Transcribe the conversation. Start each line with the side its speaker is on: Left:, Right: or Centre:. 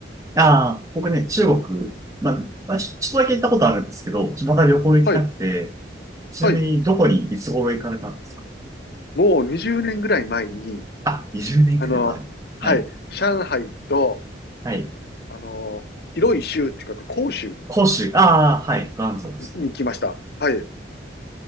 Right: ああ、僕ね、中国、まあ、まあ、ちちょっとだけ行ったことあるんですけど、また旅行行きたくて、
Left: はい、
Right: ちなみにどこにいつ頃行かれたんですか
Left: はい、もう20年ぐらい前に、
Right: あ、20年くらい前。
Left: あの、はい、
Right: はい、
Left: 上海と、
Right: はい。
Left: あの、広い州って書く広州
Right: 広州、ああ、はい、元祖ですね。
Left: に来ました。はい。